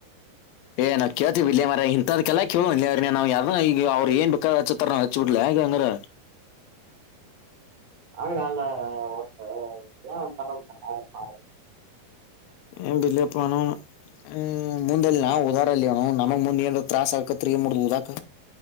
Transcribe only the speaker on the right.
ಹಂಗಾಲ ಟ್ಟ ನ್ ಒಂತರ ಮಾಡ